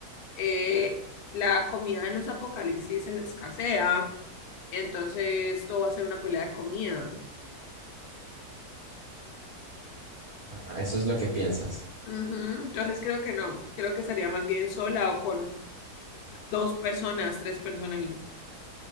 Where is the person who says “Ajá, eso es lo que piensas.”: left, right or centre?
Right